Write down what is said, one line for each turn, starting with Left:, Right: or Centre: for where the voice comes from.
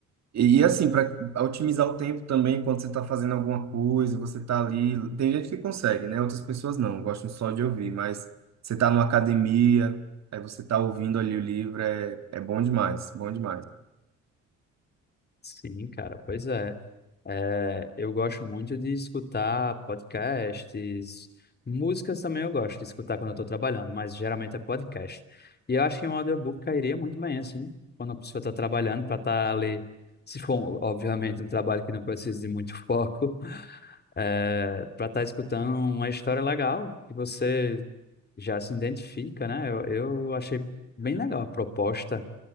Right: e e assim, para otimizar o tempo também, quando você está fazendo alguma coisa, você está ali. Tem gente que consegue, né? Outras pessoas não, gostam só de ouvir, mas você está numa academia, aí você está ouvindo ali o livro, é, é bom demais, bom demais.
Left: Sim, cara, pois é. É, eu gosto muito de escutar podcasts, músicas também eu gosto de escutar quando eu estou trabalhando, mas geralmente é podcast. E eu acho que um audiobook cairia muito bem, assim, quando a pessoa está trabalhando, para estar ali, se for, obviamente, um trabalho que não precisa de muito foco, <laughs> é, para estar escutando uma história legal que você já se identifica, né? Eu, eu achei bem legal a proposta.